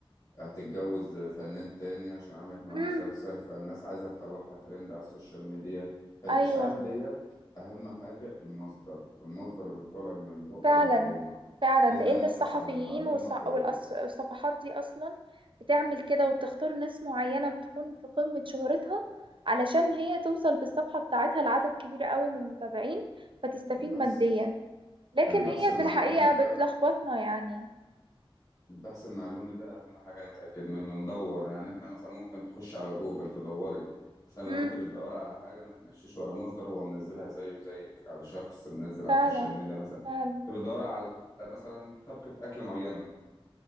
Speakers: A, on the left; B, on the right.
A: هتتجوز فنان تاني عشان عملت معاه
B: امم
A: مسلسل فالناس عايزه تطلعها ترند على السوشيال ميديا فالاشاعات
B: أيوة
A: ديت اهم حاجه المصدر المصدر اللي طالع من بقه
B: فعلا
A: المعلومه
B: فعلا
A: لازم
B: لان
A: نبحث
B: الصحفيين
A: عن المعلومة
B: والصح...
A: كويس
B: والصفحات دي اصلا بتعمل كده وبتختار ناس معينة بتكون في قمة شهرتها علشان هي توصل بالصفحة بتاعتها لعدد كبير قوي من المتابعين فتستفيد
A: البحث
B: ماديا لكن
A: البحث
B: هي
A: المعلومي
B: في الحقيقة
A: ده
B: بتلخبطنا يعني
A: البحث المعلومي ده أهم حاجة نتأكد منه ندور يعني احنا مثلا ممكن تخش على جوجل تدوري مثلا
B: امم
A: لو انت بتدوري على حاجة ما تمشيش ورا مصدر هو منزلها زيه زيك على شخص منزل على
B: فعلا
A: السوشيال ميديا مثلا
B: فعلا
A: انت بتدوري على مثلا طبخة أكل معينة